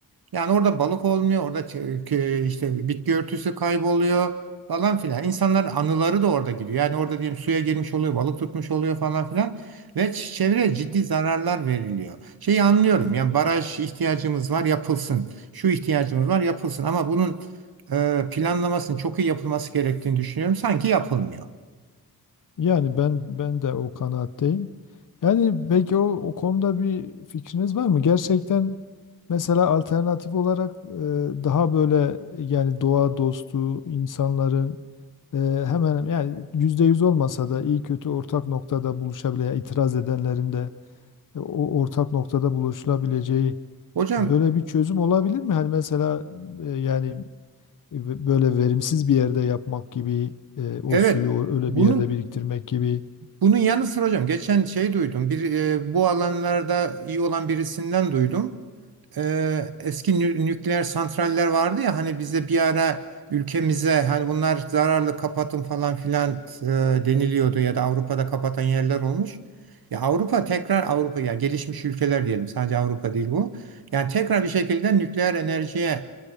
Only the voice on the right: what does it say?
Yani orada balık olmuyor, orada ç- k- işte bitki örtüsü kayboluyor falan filan. İnsanların anıları da orada gidiyor. Yani orada diyelim suya girmiş oluyor, balık tutmuş oluyor falan filan ve ç- çevreye ciddi zararlar veriliyor. Şeyi anlıyorum. Yani baraj ihtiyacımız var, yapılsın. Şu ihtiyacımız var, yapılsın. Ama bunun e, planlamasının çok iyi yapılması gerektiğini düşünüyorum. Sanki yapılmıyor.
Hocam
evet
bunun
Bunun yanı sıra hocam geçen şey duydum. Bir e, bu alanlarda iyi olan birisinden duydum. E, eski nü- nükleer santraller vardı ya hani bize bir ara ülkemize hani bunlar zararlı kapatın falan filan e, deniliyordu ya da Avrupa'da kapatan yerler olmuş. Ya Avrupa tekrar Avrupa yani gelişmiş ülkeler diyelim sadece Avrupa değil bu. Yani tekrar bir şekilde nükleer enerjiye